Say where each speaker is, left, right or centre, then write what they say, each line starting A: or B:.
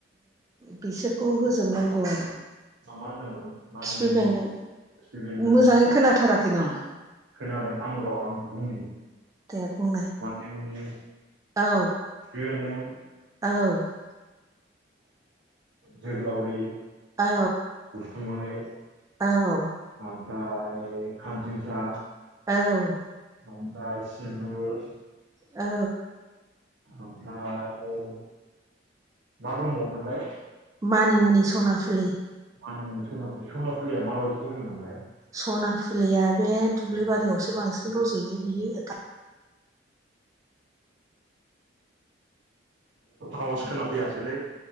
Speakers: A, on the right; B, on the right.
A: बिसोर खौ होजोबनांगौ आरो।
B: मा मा होनदोंमोन मानिमुनि
A: खिफि बेन्दों
B: खिफि बेन्दों
A: मोजाङै खोनाथाराखै नामा?
B: खोनादों आं र' आं बुंनि ।
A: दे। बुंनाय
B: मानि मुनि
A: औ।
B: <unintelligible>
A: औ।
B: जोग्लावरि
A: औ।
B: <unintelligible>
A: औ।
B: ओमफाय खानसिनसा
A: औ।
B: आमफ्राय सिब्रु
A: औ।
B: ओमफ्राय मा दंबावमोनलाय
A: मानि मुनि सनाफुलि
B: मानि मुनि सना फुलि सना फुलिया माबादिखौ होनोमोनलाय?
A: सना फुलिया बे दुब्लि बारियावसो बांसिन रज'यो बियो।
B: आवाज खोनाफैयासैलै